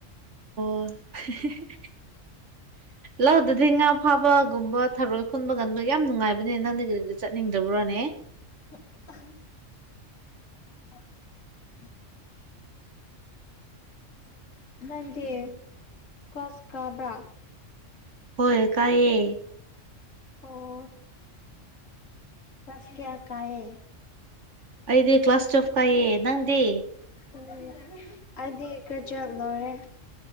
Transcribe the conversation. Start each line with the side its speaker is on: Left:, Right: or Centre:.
Right: <unintelligible> ꯂꯧꯗꯗꯤ ꯉꯥ ꯐꯥꯕꯒꯨꯝꯕ ꯊꯔꯣꯏ ꯈꯨꯟꯕꯒꯟꯗꯣ ꯌꯥꯝ ꯅꯨꯡꯉꯥꯏꯕꯅꯦ ꯅꯪꯗꯤ ꯑꯗꯨ ꯆꯠꯅꯤꯡꯗꯕ꯭ꯔꯣꯅꯦ
Left: <unintelligible> ꯑ <unintelligible> <unintelligible> ꯑꯂ <inaudible> ꯅꯪꯗꯤ ꯀ꯭ꯂꯥꯁ ꯀꯥꯕ꯭ꯔꯥ
Right: ꯍꯣꯏ ꯀꯥꯏꯌꯦ
Left: ꯑꯣ ꯀ꯭ꯂꯥꯁ ꯀꯌꯥ ꯀꯥꯏꯌꯦ
Right: ꯑꯩꯗꯤ ꯀ꯭ꯂꯥꯁ ꯇꯨꯋꯦꯜꯐ ꯀꯥꯏꯌꯦ ꯅꯪꯗꯤ
Left: ꯑꯣ ꯑꯩꯗꯤ ꯒ꯭ꯔꯦꯖ꯭ꯋꯦꯗ ꯂꯣꯏꯔꯦ